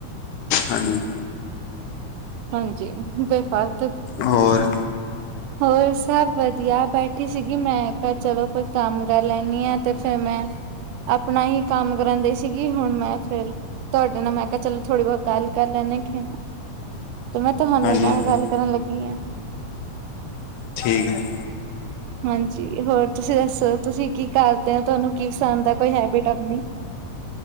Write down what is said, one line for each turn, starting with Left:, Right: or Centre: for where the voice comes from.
Left: ਹਾਂਜੀ,
Right: ਹਾਂਜੀ, ਬੇ ਫ਼ਾਲਤੂ
Left: ਹੋਰ
Right: ਹੋਰ ਸਭ ਵਧੀਆ ਬੈਠੀ ਸੀਗੀ, ਮੈਂ ਕਿਹਾ ਚਲੋ ਕੋਈ ਕੰਮ ਕਰ ਲੈਣੀ ਆਂ ਤੇ ਫਿਰ ਮੈਂ ਆਪਣਾ ਹੀ ਕੰਮ ਕਰਾਂਦੇ ਸੀ। ਸੀਗੀ, ਹੁਣ ਮੈਂ ਫਿਰ ਤੁਹਾਡੇ ਨਾਲ ਮੈਂ ਕਿਹਾ ਚਲੋ ਥੋੜ੍ਹੀ ਬਹੁਤ ਗੱਲ ਕਰ ਲੈਂਦੇੇ ਨਾ ਤੇ ਮੈਂ ਤੁਹਾਡੇ
Left: ਹਾਂਜੀ
Right: ਨਾਲ
Left: ਹਾਂਜੀ
Right: ਗੱਲ ਕਰਨ ਲੱਗੀ ਹਾਂ।
Left: ਠੀਕ ਹੈ।
Right: ਹਾਂਜੀ ਹੋਰ ਤੁਸੀਂ ਦੱਸੋ? ਤੁਸੀਂ ਕੀ ਕਰਦੇ ਹੋ, ਤੁਹਾਨੂੰ ਕੀ ਪਸੰਦ ਦਾ ਕੋਈ ਹੈਬਿਟ ਆਪਣੀ